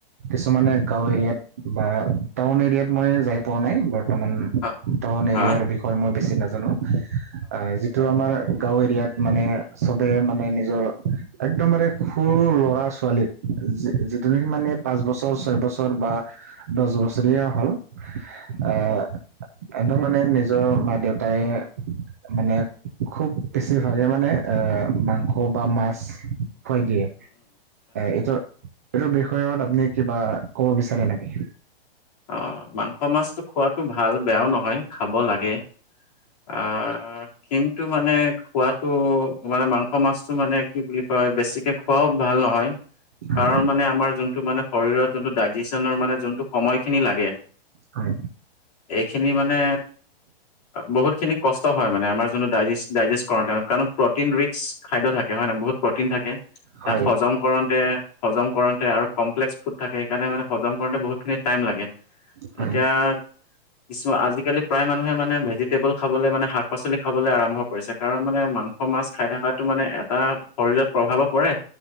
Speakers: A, on the right; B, on the left.
A: কিছুমানে গাঁও এৰিয়াত বা টাউন এৰিয়াত মই যাই পোৱা নাই বৰ্তমান।
B: অ
A: টাউন
B: অ
A: এৰিয়াৰ
B: অ
A: বিষয়ে মই বেছি নাজানো আ যি। টো আমাৰ গাঁও এৰিয়াত মানে। চবে মানে নিজৰ একদমবাৰে সৰু ল'ৰা ছোৱালীত যিটোনেকি মানে। পাঁচ বছৰ ছয় বছৰ বা দহ বছৰেীয়া হ'ল আহ। একদম মানে নিজৰ মা দেউতাই মানে খুব বেছিভাগে মানে। এ মাংস বা মাছ খুৱাই দিয়ে এইটো। এইটো বিষয়ত আপুনি কিবা কব বিচাৰে নেকি?
B: অ মাংস মাছটো খোৱাতো ভাল বেয়াও নহয় খাব লাগে। অ। কিন্তু মানে খোৱাটো মানে মাংস মাছটো মানে কি বুলি কয় বেছিকে। খোৱাও ভাল নহয়
A: হয়
B: কাৰণ মানে আমাৰ যোনটো মানে। শৰীৰত যোনটো ডাইজেছনৰ মানে যোনটো সময়খিনি লাগে।
A: হয়।
B: এইখিনি মানে। বহুতখিনি কষ্ট হয় মানে আমাৰ যোনটো ডাইজে ডাইজেষ্ট কৰা কাৰণ প্ৰটিন ৰিটচ। খাদ্য থাকে হয় নহয় বহুত প্ৰটিন থাকে
A: হয়
B: তাক হজম কৰণ। হজম কৰোতে আৰু কমপ্লেক্স ফুড থাকে সেইকাৰণে মানে হজম কৰোতে বহুত খিনি টাইম লাগে।
A: হয়
B: এতিয়া কিছু আজিকালি প্ৰায় মানুহে মানে ভেজি। টেবুল খাবলৈ মানে শাক পাচলি খাবলৈ আৰম্ভ কৰিছে কাৰণ মানে মাংস মাছ খাই থকাটো মানে এটা শৰীৰত প্ৰভাৱো পৰে